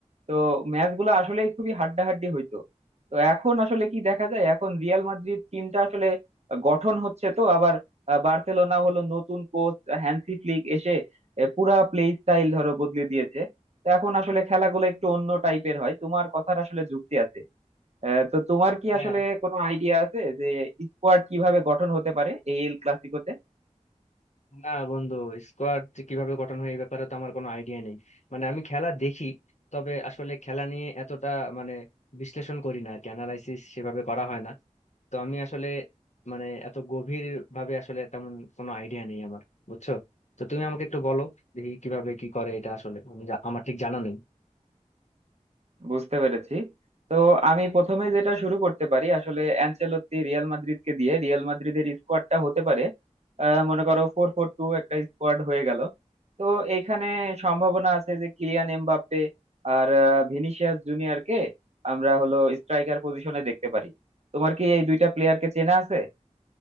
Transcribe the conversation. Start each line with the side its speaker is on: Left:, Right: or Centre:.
Right: তো ম্যাচ গুলো আসলে খুবই হাড্ডাহাড্ডি হইতো তো এখন আসলে কি দেখা যায় এখন রিয়াল মাদ্রিদ টিমটা আসলে গঠন হচ্ছে তো আবার আহ বার্সেলোনা হলো নতুন কোচ হ্যান্সি ফ্লিক এসে আহ, পুরা প্লে স্টাইল ধরো বদলে দিয়েছে তো এখন আসলে খেলাগুলো একটু অন্য টাইপের হয় তোমার কথার আসলে যুক্তি আছে আহ, তো তোমার কি
Left: হ্যাঁ
Right: আসলে কোনো আইডিয়া আছে যে স্কোয়াড কিভাবে গঠন হতে পারে এই এল ক্লাসিকোতে
Left: না বন্ধু স্কোয়াড কিভাবে গঠন হয় এই ব্যাপারে তো আমার কোনো আইডিয়া নেই মানে আমি খেলা দেখি তবে আসলে খেলা নিয়ে এতটা মানে বিশ্লেষণ করি না আর কি অ্যানালাইসিস সেভাবে করা হয় না তো আমি আসলে মানে এত গভীর ভাবে আসলে তেমন কোনো আইডিয়া নেই আমার বুঝছো তো তুমি আমাকে একটু বলো দেখি কিভাবে কি করে এটা আসলে আমি জা- আমার ঠিক জানা নেই
Right: বুঝতে পেরেছি তো আমি প্রথমে যেটা শুরু করতে পারি আসলে অ্যানচেলত্তি রিয়াল মাদ্রিদকে দিয়ে রিয়াল মাদ্রিদের স্কোয়াডটা হতে পারে আহ, মনে করো ফোর ফোর টু একটা স্কোয়াড হয়ে গেল তো এখানে সম্ভাবনা আছে যে কিলিয়ান এমবাপ্পে আর আহ, ভিনিসিয়াস জুনিয়রকে আমরা হলো স্ট্রাইকার পজিশনে দেখতে পারি তোমার কি এই দুইটা প্লেয়ারকে চেনা আছে